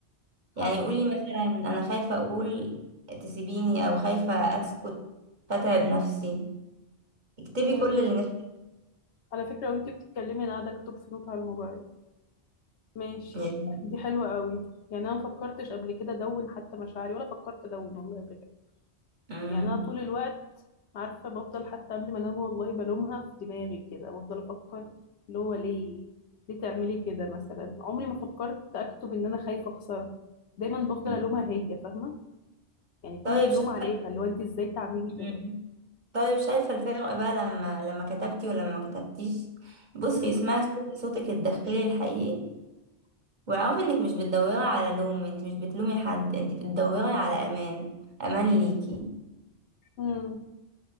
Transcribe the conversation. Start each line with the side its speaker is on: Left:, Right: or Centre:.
Left: حصل
Right: يعني قولي مثلا انا خايفة اقول تسيبيني او خايفة اسكت فتعب نفسي اكتبي
Left: مم.
Right: كل اللي نفسك
Left: على فكرة وانتي بتتكلمي انا قاعدة اكتب في نوت على الموبايل ماشي
Right: فيه.
Left: دي حلوة قوي يعني انا ما فكرتش قبل كده ادون حتى مشاعري ولا فكرت ادون والله قبل كده
Right: مم.
Left: يعني انا طول الوقت عارفة بفضل حتى قبل ما انام والله بلومها في دماغي كده بفضل افكر اللي هو ليه ليه تعملي كده مثلا عمري ما فكرت اكتب ان انا خايفة اخسرها دايما بفضل
Right: مم.
Left: الومها هي فاهمة يعني كل
Right: طيب
Left: اللوم
Right: شايفة
Left: عليها اللي هو انت ازاي تعملي
Right: مم.
Left: كده
Right: طيب شايفة الفرق بقى لما لما كتبتي ولما ما كتبتيش بصي
Left: امم
Right: اسمعي صوت- صوتك الداخلي الحقيقي واعرف انك مش بتدوري على لوم انت مش بتلومي حد انت بتدوري على امان امان ليكي
Left: امم